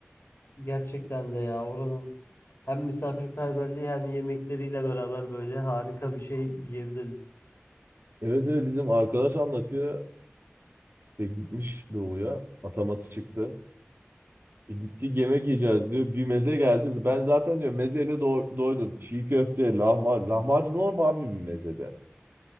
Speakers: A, on the left; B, on the right.
A: Gerçekten de ya oranın hem misafirperverliği hem yemekleriyle beraber böyle harika bir şey yiyebiliriz.
B: Evet evet bizim arkadaş anlatıyor. İşte gitmiş doğuya. Ataması çıktı. E, Gittik yemek yiyeceğiz diyor. Bir meze geldi. Ben zaten diyor mezeyle do- doydum. Çiğ köfte, lahmacun. Lahmacun olur mu abi bir mezede?